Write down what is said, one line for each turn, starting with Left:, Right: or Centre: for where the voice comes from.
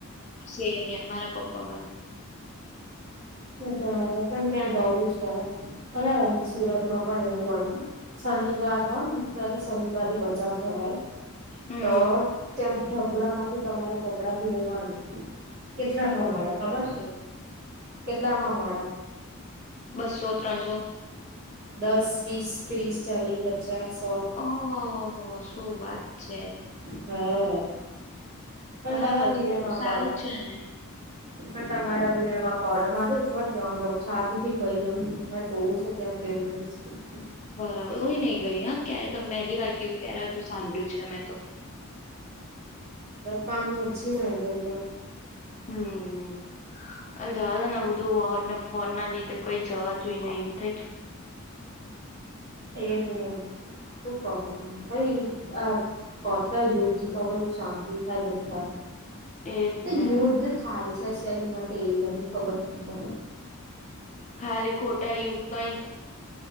Left: સેમ અહીંયા મારા પપ્પામાં.
Right: મારે પણ પણ ત્યાં જવું છે અ સુરતમાં પણ એવું હોય હ શનિવાર હોયને ત્યારે શનિવારી બજાર ભરાય.
Left: હમ
Right: તો ત્યા. ઢગલા માંથી તમારે કપડા વીણવાના કેટલા માં
Left: બરોબર
Right: મળે ખબર.
Left: છે
Right: કેટલામાં મળે
Left: બસો ત્રણસો.
Right: દસ વીસ ત્રીસ ચાલીસ પચાસ. સો
Left: ઓહ હો હો શું વાત છે.
Right: હા. પણ
Left: બરાબર
Right: તમારે
Left: છે
Right: વીણવા
Left: તો સારું
Right: પડે
Left: જ છે ને.
Right: પણ તમારે વીણવા પડે મારે ઘર ત્યાં જવું છે આજધી ગઈ નઉરે જોવું છે ત્યાં કેવું હોય છે.
Left: બરાબર હુએ નહી ગઈ હા ક્યારે તમે પહેલી વાર કીધું ત્યારે બધું સાંભળ્યું છે મે તો.
Right: પાણ ઓછી નાઈ ગઈ ત્યાં
Left: હમ્મ હમ્મ હવ રવા દે ને બધું વોડ ને ફોન ના લીધે કઈ જવા તુંઈ નહી ઉ થે
Right: એજ ને. હું કરું હું. કઈ અહ પતે યુદ્ધ તો કઈ શાંતિ થાય બધાને.
Left: એજ
Right: અહ
Left: ને
Right: યુદ્ધ થાય છે શેલીમાં તે નહી ખબર નહીં તો.
Left: ખાલી ખોટા યું પોઇન્ટ